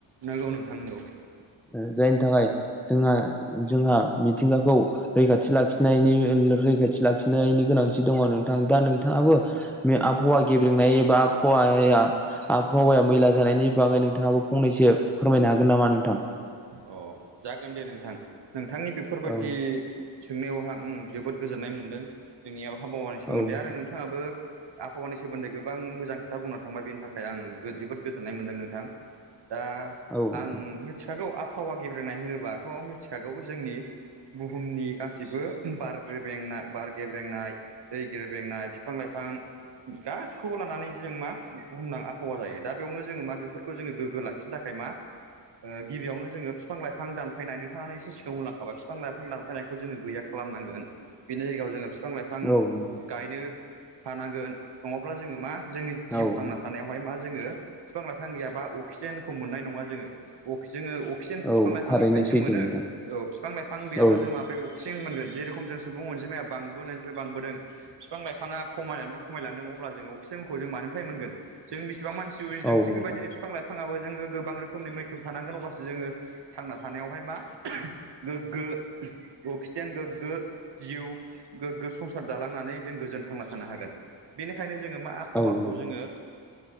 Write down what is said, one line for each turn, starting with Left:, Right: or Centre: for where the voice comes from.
Right: नोंगौ नोंथां नोंगौ
Centre: <inaudible> जायनि थाखाय जोंहा जोंहा मिथिंगाखौ रैखाथि लाखिनायनि रैखाथि लाखिनायनि गोनांथि दङ' नोंथां दा नोंथाङाबो बे आबहावा गेब्रेंनाय एबा आबहावा हाया आबहावाया मैला जानायनि बागै नोंथाङाबो फंनैसो फोरमायनो हागोन नामा नोंथां?
Right: अ जागोन दे नोंथां नोंथांनि बेफोरबायदि
Centre: औ
Right: सोंनायावहा आं जोबोद गोजोननाय मोनदों जोंनियाव आबहावानि सोमोन्दै
Centre: औ नोंथां
Right: आरो नोंथाङाबो आबहावानि सोमोन्दै गोबां मोजां खोथा बुंना थांबाय बिनि थाखाय आं जोबोद गोजोननाय मोनदों नोंथां। दा
Centre: औ नोंथां
Right: आं मिथिखागौ आबहावा गेब्रेंनाय होनोबाथ' मिथिखागौ जोंनि बुहुमनि गासिबो बार गेब्रेंनाय बार गेब्रेंनाय दै गेब्रेंनाय बिफां लाइफ फां गासिखौबो लानानै जों मा बुंनां आबहावा जायो दा बेयावनो जोङो मा बेफोरखौ जों गोग गो लाखिनो थाखाय मा ओ गिबियावनो जोङो फिफां-लाइफां दानफायनाय नोंथाङानो एसे सिगाङाव बुंलांखाबाय बिफां लाइफां दानफायनायखौ जोङो गैया खालामनांगोन बिनि जायगायाव जोङो फिफां लाइफां
Centre: औ नोंथां
Right: गायनो हानांगोन नङाब्ला जोङो मा जोंनि जिउ
Centre: औ
Right: थांना
Centre: नोंथां
Right: थानायावहाय मा जोङो फिफां-लाइफां गैयाबा अक्सिजेनखौ मोननाय नङा जोङो अक जोङो क्सिजेनखौ
Centre: औ
Right: फिफां-लाइफांनिफ्रायसो
Centre: थारैनो सैथो
Right: मोनो
Centre: नोंथां
Right: फिफां-लाइफां गैयाब्ला
Centre: औ
Right: जों माबोरै अक्सिजेन मोनगोन जेरखम जों सुबुं अनजिमाया बांबोनायनिफ्राय बांबोदों फिफां लाइफाङा खमायनायनिफ्राय खमायलांदों अब्ला जोङो अक्सिजेनखौ जों मानो फ्राय मोनगोन जों बेस बां मानसि उजिदों
Centre: औ
Right: थिग
Centre: नोंथां
Right: बेबायदिनो
Centre: औ नोंथां
Right: बिफां लाइफाङाबो गोबां रोखोमनि मैखोमा थानांगोन अब्लासो जोङो थांना थानायावहाय मा गोग्गो अक्सिजेन गोग्गो जिउ गोग्गो संसार दालांनानै जों गो गोजोन थांना थानो हागोन बेनिखायनो जोङो मा आबहावाखौ
Centre: औ नोंथां औ नोंथां औ नोंथां
Right: जोङो